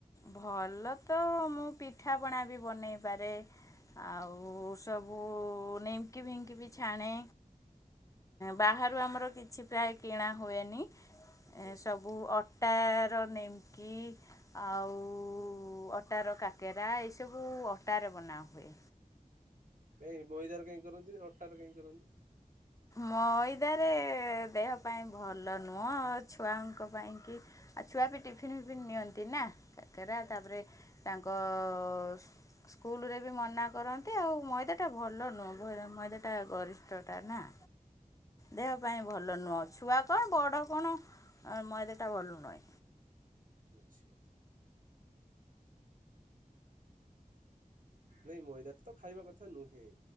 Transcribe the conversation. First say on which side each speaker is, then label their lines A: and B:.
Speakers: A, on the left; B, on the right.
A: ଭଲ ତ ମୁଁ ପିଠାପଣା ବି ବନେଇ ପାରେ। ଆଉ ସବୁ ନିମ୍କି ଫିଙ୍କି ବି ଛାଣେ। ବାହାରୁ ଆମର କିଛି ପ୍ରାୟ କିଣା ହୁଏନି।
B: ଆଚ୍ଛା
A: ସବୁ ଅଟାର ନୀମକି। ଆଉ ଅଟାର କାକେରା ଏସବୁ ଅଟାରେ ବନାହୁଏ।
B: କାଇଁ ମଇଦାରେ କାଇଁ କରନ୍ତି ନି ଅଟାରେ କାଇଁ କରନ୍ତି।
A: ମଇଦା ରେ ଦେହ ପାଇଁ ଭଲ ନୁହଁ ଛୁଆଙ୍କ ପାଇଁ କି। ଆଉ ଛୁଆ ବି ଟିଫିନ୍ ଫିଫିନ୍ ନିଅନ୍ତି ନା କକେରା ତାପରେ ତାଙ୍କ ସ୍ ସ୍କୁଲରେ ବି ମନା କରନ୍ତି ଆଉ ମଇଦା ଟା ଭଲ ନୁହେଁ ମଇଦାଟା ଗରିଷ୍ଟ ଟା ନା। ଦେହ ପାଇଁ ଭଲ ନୁହ। ଛୁଆ କଣ ବଡ଼ କଣ ମଇଦା ଟା ଭଲ ନୁଏ।
B: ଆଚ୍ଛା। ନାଇ ମଇଦା ଟା ତ ଖାଇବା କଥା ନୁହେଁ।